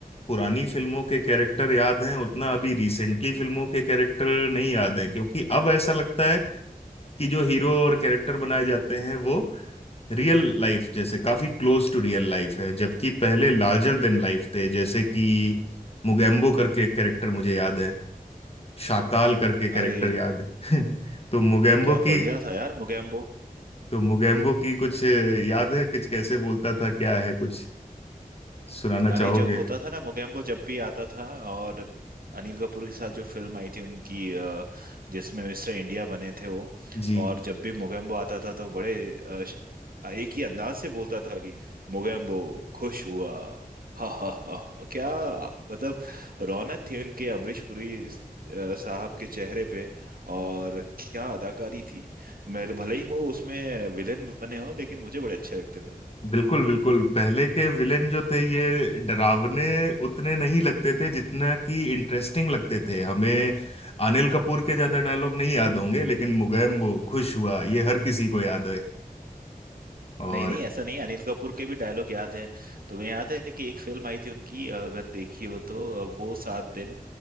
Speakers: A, on the left (about 40°); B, on the right (about 75°).
A: पुरानी फिल्मों के कैरेक्टर याद हैं उतना अभी रिसेंटली फिल्मों के कैरेक्टर नहीं याद हैं क्योंकि अब ऐसा लगता है कि जो हीरो और कैरेक्टर बनाए जाते हैं वो रियल लाइफ जैसे काफी क्लोज टू रियल लाइफ है जबकि पहले लार्जर देन लाइफ थे जैसे कि मुगेम्बो करके कैरेक्टर मुझे याद है शाकाल करके कैरेक्टर
B: अरे
A: याद है <laughs> तो मुगेम्बो
B: क्या
A: की
B: बढ़िया था यार मोगैम्बो
A: तो मुगेम्बो की कुछ याद है कुछ कैसे बोलता था क्या है कुछ सुनाना
B: अरे
A: चाहोगे
B: जब होता था ना मोगैम्बो जब भी आता था और अनिल कपूर के साथ जो फिल्म आई थी उनकी अ, जिसमें मिस्टर इंडिया बने थे वो
A: जी
B: और जब भी मोगैम्बो आता था तो बड़े अ, श- एक ही अंदाज से बोलता था कि मोगैम्बो खुश हुआ हा हा हा और क्या मतलब रौनक थी उनके अमरीश पुरी अ, साहब के चेहरे पे और क्या अदाकारी थी मेरे भले ही वो उसमें विलेन बने हो लेकिन मुझे बड़े अच्छे लगते थे
A: बिल्कुल बिल्कुल पहले के विलेन जो थे ये डरावने उतने नहीं लगते थे जितना कि इंटरेस्टिंग लगते थे हमें अनिल कपूर के ज्यादा डायलॉग नहीं याद होंगे लेकिन मुगेम्बो खुश हुआ ये हर किसी को याद है और
B: नहीं नहीं ऐसा नहीं है, अनिल कपूर के भी डायलॉग याद है तुम्हें याद है कि एक फिल्म आई थी उनकी अगर देखी हो तो वो सात दिन